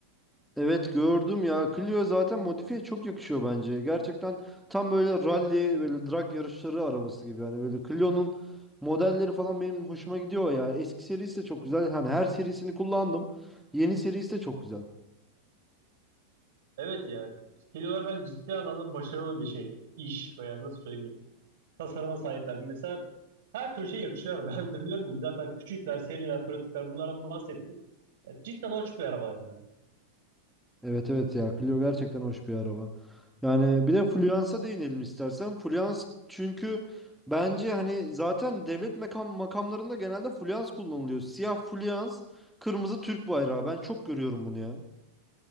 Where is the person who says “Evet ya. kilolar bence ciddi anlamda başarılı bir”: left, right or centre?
Right